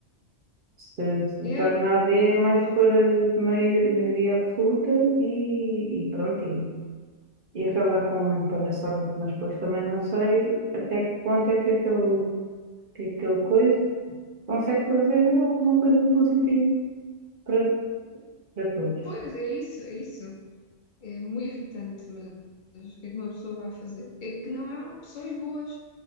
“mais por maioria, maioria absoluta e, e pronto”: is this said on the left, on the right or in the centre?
Right